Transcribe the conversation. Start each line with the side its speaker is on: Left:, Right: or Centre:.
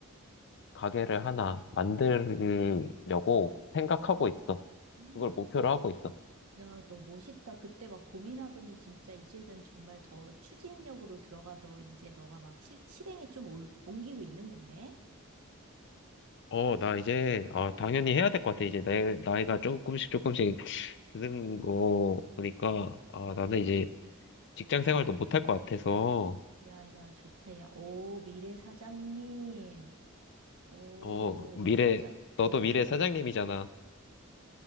Left: 가게를 하나 만들려고 생각하고 있어.
Right: 음.
Left: 그걸 목표로 하고 있어.
Right: 야, 너 멋있다. 그때 막 고민하더니 진짜 이제는 정말 더 추진력으로 들어가서 이제 너가 막 실, 실행에 좀 올- 옮기고 있는 거네?
Left: 어, 나 이제, 아, 당연히 해야 될 것 같아. 이제 내 나이가 조금씩 조금씩 드는 거 보니까, 아,
Right: 오,
Left: 나는 이제 직장 생활도 못할 것 같아서,
Right: 야, 야, 좋다. 야, 오, 미래 사장님. 오,
Left: 어, 미래,
Right: 사장.
Left: 너도
Right: 어,
Left: 미래 사장님이잖아.